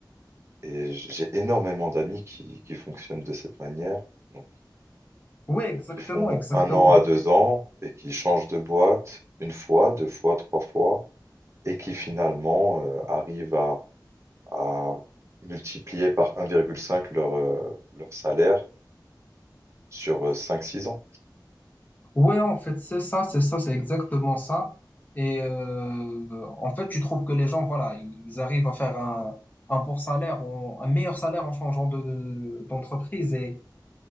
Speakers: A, on the right; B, on the left.
A: et j'ai énormément d'amis qui qui fonctionnent de cette manière, donc
B: ouais, exactement,
A: Qui font
B: exactement.
A: un an à 2 ans et qui changent de boîte une fois, 2 fois, 3 fois et qui finalement, heu, arrivent à à multiplier par 1,5 leur, heu, leur salaire sur, cinq six ans.
B: Ouais, en fait, c'est ça, c'est ça, c'est exactement ça. Et euh, en fait, tu trouves que les gens, voilà, ils arrivent à faire un, un bon salaire, en- un meilleur salaire en changeant de, de- d'entreprise. Et, et